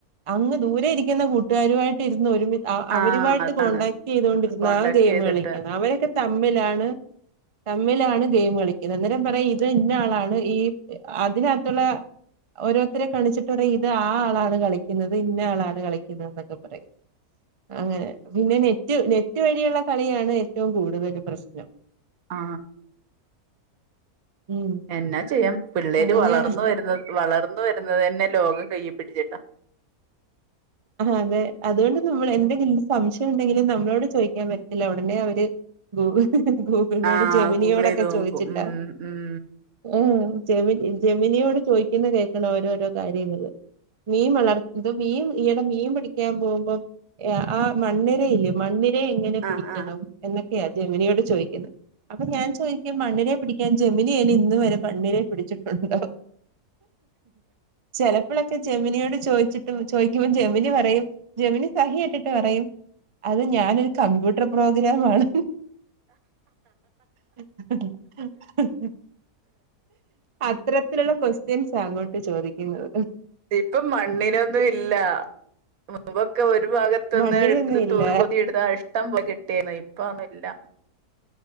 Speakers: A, on the right (about 45°); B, on the right (about 65°).
A: അങ്ങ് ദൂരെ ഇരിക്കുന്ന കൂട്ടുകാരുമായിട്ട് ഇരുന്ന് ഒരുമി അവരുമായിട്ട്
B: ആഹ് അതാണ്
A: കോൺടാക്ട് ചെയ്തൊണ്ടിരുന്ന
B: കോണ്ടാക്ട്
A: ഗെയിമ്
B: ചെയ്തിട്ട്
A: കളിക്കാണ് അവരൊക്കെ തമ്മിലാണ് തമ്മിലാണ് ഗെയിമ് കളിക്കുന്നത് ഇത് അന്നേരം പറയും ഇത് ഇന്ന ആളാണ് ഈ അതിനകത്തുള്ള ഓരോരുത്തരെ കളിച്ചി ഇത് ആ ആളാണ് കളിക്കുന്നത് ഇന്ന ആളാണ് കളിക്കുന്നത് എന്നൊക്കെ പറയും അങ്ങനെ പിന്നെ നെറ്റ് നെ നെറ്റ് വഴിയുള്ള കളിയാണ് ഏറ്റവും കൂടുതൽ പ്രശ്നം
B: ആ
A: ഉം
B: എന്നാ ചെയ്യാം പിള്ളേര്
A: അങ്ങനെ
B: വളർന്നു വരുന്നത് വളർന്നു വരുന്നത് തന്നെ ലോക കയ്യേപിടിച്ചിട്ടാ
A: അതെ അതുകൊണ്ട് നമ്മൾ എന്തെങ്കിലും സംശയം ഉണ്ടെങ്കിലും നമ്മളോട് ചോദിക്കാൻ വരത്തില്ല അവിടുന്നെ അവര് ഗൂഗിൾ ഗൂഗിളിനോടും
B: ആഹ്
A: ജെമിനിയോടൊക്കെ
B: ഗൂഗിൾ ചെയ്ത് നോക്കും
A: ചോദിച്ചിട്ടാ
B: ഉം ഉം
A: ഉ ജെമി ജെമിനിയോട് ചോദിക്കുന്ന കേൾക്കണം ഓരോരോ കാര്യങ്ങള് മീൻ വളർത്ത് ന്ത് മീൻ ഈയിടെ മീൻ പിടിക്കാൻ പോവുമ്പോ ആ മണ്ണിരയില്ലേ മണ്ണി ര എങ്ങനെ പിടിക്കണം
B: ആഹ് ആഹ്
A: എന്ന ജെമിനിയോട് ചോദിക്കുന്നെ അപ്പൊ ഞാൻ ചോദിക്കും മണ്ണിരയെ പിടിക്കാൻ ജമിനി അയിന് ഇന്ന് വരെ മണ്ണിരയെ പിടിച്ചിട്ടുണ്ടോ ചിലപ്പോഴൊക്കെ ജെമിനിയോട് ചോദിച്ചിട്ടും ചോദിക്കുമ്പോ ജെമിനി പറയും ജെമിനി സഹികെട്ടിട്ട് പറയും അത് ഞാനൊരു കമ്പ്യൂട്ടർ പ്രോഗ്രാം ആണ് <unintelligible> അത്തരത്തിലുള്ള ക്വസ്റ്റ്യൻസാ അങ്ങോട്ട് ചോദിക്കുന്നത്
B: ഇപ്പൊ മണ്ണിരൊന്നും ഇല്ലാ ഇല്ല മുമ്പൊക്കെ ഒരു ഭാഗത്തെന്ന്
A: മണ്ണിരയൊന്നും
B: ഇത്തിരി
A: ഇല്ല
B: തോറ് കൂട്ടി എടുത്താ ഇഷ്‌ടം പോലെ കിട്ടിയേനെ ഇപ്പോ അതൊന്നുല്ല